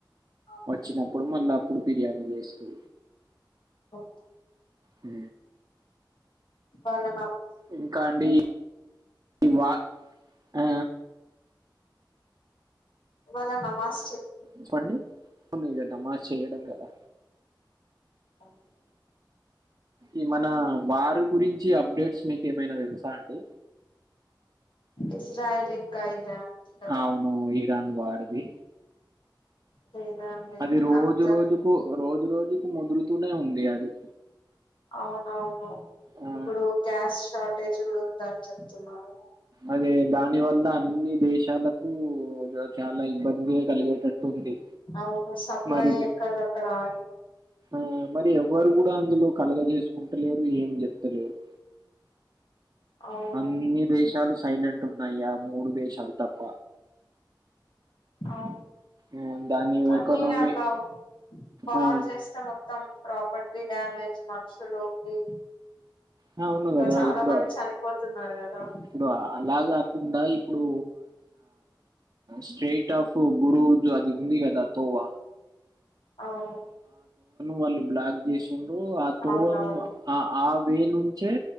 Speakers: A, on the left; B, on the right.
A: అవును
B: వచ్చినప్పుడు మళ్ళ అప్పుడు బిర్యానీ వేసుకు
A: ఓే
B: హ
A: అవునా
B: ఇంకాంటిడి ఈ వా ఆ
A: వాళ్ళా నమాజ
B: ప్పండి కదమ్మా చేయడం ఎదా
A: ఓకే
B: ఈ మన వారి గురించి అప్డేట్స్ మీకు ఏమైనా తెలుసా అండి
A: ఇజ్రాయిల్ంకా ఇరాన్ కదా
B: అవును ఇరాన్ వాారది
A: లేదా అండి
B: అది
A: ఇంకా
B: రోజు
A: అంత
B: రోజుకు రోజు రోజుకు ముదురుతూనే ఉంది అది
A: అవునవును
B: ఆ
A: ఇప్పుడు గ్యాస్ షార్టేజ్ కూడా ఉంద అని చెప్తున్నారు
B: అదే దాని వల్ల అన్ని దేశాలకు చాలా ఇబ్బంది కలిగేటట్టు ఉంది
A: అవును సప్లై
B: మరి
A: ఎక్కడ దక్కడ ఆాలపో
B: ఆ మరి ఎవ్వరు కూడా అందులో కలగజేసుకుంటలేరు ఏం చెప్తలేరు
A: అవును
B: అన్ని దేశాలు సైలెంట్ ఉన్నాయా మూడు దేశాలు తప్ప
A: అవు
B: ఆ దాని
A: కానీ
B: ఎకానమీ
A: అట్లా బారు
B: ఆ
A: చేస్తే మొత్తం ప్రాపర్టీ ఈ డ్యామేజ్ మనుషులుకి
B: ఆ ఉవును
A: ఇంకా
B: కదా
A: చాలా
B: ఇప్పుడు
A: మంది చనిపోతున్నారు కదా
B: ఇప్పుడు అలా కాకుండా ఇప్పుడు స్ట్రెయిట్ ఆఫ్ బురు అదింది కద తొవ్వ
A: అవును
B: వాళ్ళు బ్లాక్ చేసిరు ఆ తోవని
A: అవునవును
B: వే నుంచే